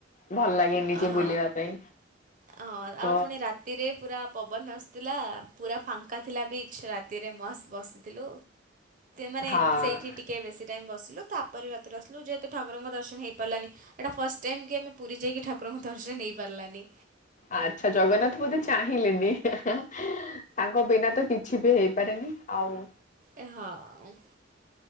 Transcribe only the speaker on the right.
ଅହୋ
ଅ
ଆଉ ପୁଣି ରାତିରେ ପୁରା ପବନ ଥିଲା ପୁରା ଫାଙ୍କା ଥିଲା ବିଚ୍ ରାତିରେ ମସ୍ତ ବସିଥିଲୁ। ମାନେ
ସେଇଠି ଟିକେ ବେଶୀ ଟାଇମ ବସ। ତାପରେ ରାତିରେ ଆସିଲୁ, ଯେହେତୁ ଠାକୁରଙ୍କ ଦର୍ଶନ ହେଇପାରିଲାନି। ଏଇଟା ଫାଷ୍ଟ ଟାଇମ୍ କି ଆମେ ପୁରୀ ଯାଇକି ଠାକ ଙ୍କ ଦର୍ଶନ ହେଇ ପାରିଲାନି।
ଏ ହଁ।